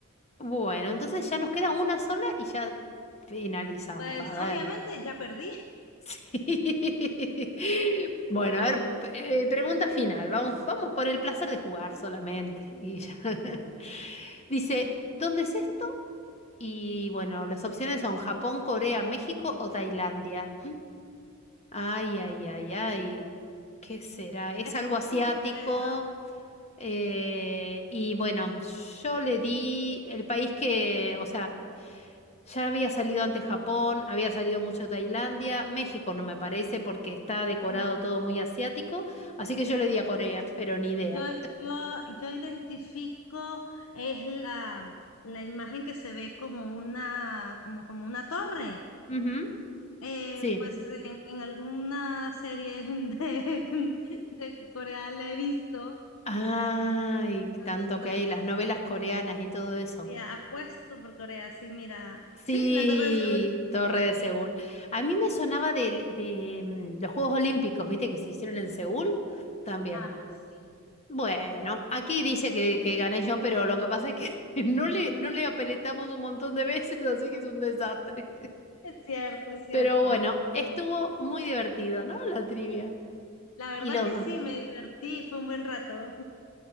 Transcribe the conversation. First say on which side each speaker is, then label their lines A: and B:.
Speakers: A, on the left; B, on the left.
A: Bueno, entonces ya nos queda una sola y ya finalizamos.
B: Pues
A: A
B: obviamente
A: ver.
B: ya perdí, <laughs>
A: Sí. <laughs> Bueno,
B: pero
A: a ver, eh, pregunta final. Vamos, vamos por el placer de jugar solamente. Y ya. <laughs> Dice, ¿dónde es esto? Y bueno, las opciones son Japón, Corea, México o Tailandia. Ay, ay, ay, ay. ¿Qué será? Es
B: esto
A: algo asiático.
B: es Corea.
A: eh, y bueno, yo le di el país que, o sea, ya había salido antes Japón, había salido mucho Tailandia, México no me parece porque está decorado
B: No,
A: todo muy asiático, así que yo le di a Corea, pero ni idea.
B: yo, yo, yo identifico es la, la imagen que se ve como una, como, como una torre.
A: Ujú,
B: Eh,
A: sí.
B: pues en, en alguna serie <laughs> de, de Corea la he visto.
A: Ay,
B: Entonces,
A: tanto
B: pues,
A: que hay las novelas coreanas y todo eso.
B: sí, apuesto por Corea, sí, mira.
A: Sí,
B: Sí, la Torre de Seúl,
A: Torre de Seúl.
B: mira.
A: A mí me sonaba del- de, mm, los Juegos Olímpicos, ¿viste? Que se hicieron en Seúl también.
B: Ah, pues sí.
A: Bueno, aquí dice que, que gané yo, pero lo que pasa es que <laughs> no
B: <laughs>
A: le, no le apretamos un montón de veces, <laughs> así que es un desastre.
B: Es cierto, es cierto.
A: Pero bueno, estuvo muy divertido, ¿no? La trivia.
B: La verdad
A: Y los...
B: que sí, me divertí, fue un buen rato.